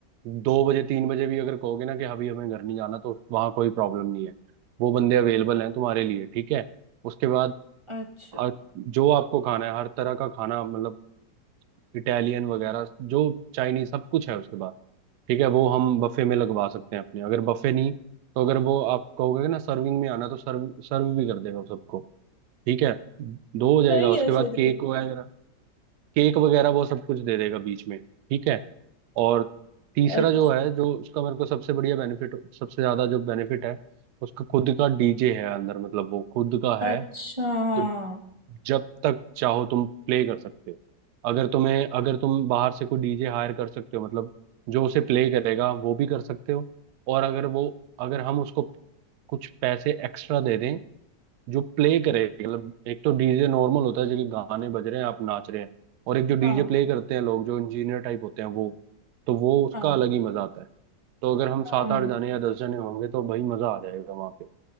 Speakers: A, on the right; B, on the right.
A: दो बजे तीन बजे भी अगर कहोगे ना कि अभी हमें घर नहीं जाना तो वहाँ कोई प्रॉब्लम नहीं है वो बंदे अवेलेबल हैं तुम्हारे लिए ठीक है उसके बाद
B: अच्छा
A: आ- जो आपको खाना है हर तरह का खाना मतलब इटालियन वगैरह जो चाइनीज सब कुछ है उसके पास ठीक है वो हम बफे में लगवा सकते हैं अपने अगर बफे नहीं तो अगर वो आप कहोगे ना सर्विंग में आना तो सर्व सर्व भी कर देगा वो सबको ठीक है दो हो जाएगा
B: सही
A: उसके
B: है
A: बाद
B: फिर
A: केक
B: तो
A: वगैरह केक वगैरह वो सब कुछ दे देगा बीच में ठीक है और तीसरा
B: अच्छा
A: जो है जो उसका मेरे को सबसे बढ़िया बेनिफिट सबसे ज्यादा जो बेनिफिट है उसका खुद का डीजे है अंदर मतलब वो खुद का है
B: अच्छा हाँ
A: तो जब तक चाहो तुम प्ले कर सकते हो अगर तुम्हें अगर तुम बाहर से कोई डीजे हायर कर सकते हो मतलब जो उसे प्ले करेगा वो भी कर सकते हो और अगर वो अगर हम उसको कुछ पैसे एक्स्ट्रा दे दें जो प्ले करेगा मतलब एक तो डीजे नॉर्मल होता है जो कि गाने बज रहे हैं आप नाच रहे हैं और एक जो डीजे
B: हाँ
A: प्ले करते हैं लोग जो इंजीनियर टाइप होते हैं वो तो वो उसका
B: हाँ
A: अलग ही मजा आता है तो अगर हम सात
B: हाँ
A: आठ जाने या दस जाने होंगे तो भाई मजा आ जाएगा वहां पे